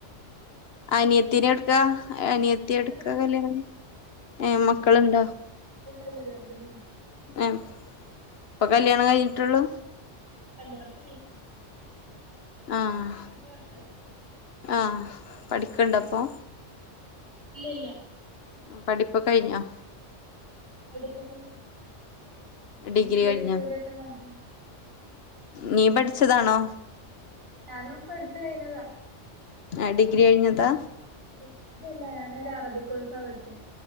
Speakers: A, on the left; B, on the right.
A: അനിയത്തിനെവ്‌ട്ക്കാ അനിയത്തിട്
B: ഇവിടെ
A: ക്ക
B: അടുത്ത്
A: കല്യാൺ
B: തന്നെ
A: ഏ മക്കളുണ്ടോ?
B: ഇല്ലാ ല്ല ചെറുതനൊ
A: ആഹ്‌ ഇപ്പൊ കല്യാണം കഴിഞ്ഞിട്ടുള്ളൂ?
B: രണ്ടു വർഷായി.
A: ആഹ്‌
B: വർഷമായി
A: ആഹ്‌ പഠിക്കണ്ടപ്പൊ?
B: ഇല്ല ല്ല
A: പഠിപ്പ്‌ കയിഞ്ഞോ?
B: അടിപ്പൊക്ക ഇന്ന
A: ഡിഗ്രി
B: എന്ത
A: കഴിഞ്ഞോ
B: ഒരു ജോലിയൊക്കെ നോക്ക
A: നീ പഠിച്ചതാണോ?
B: ഞാനും പഠിച്ചു കഴിഞ്ഞതാ.
A: ആ ഡിഗ്രി കഴിഞ്ഞതാ.
B: ഡിഗ്രി അല്ല ഞാനൊരു അറബി കോഴ്സ പഠിച്ചത്.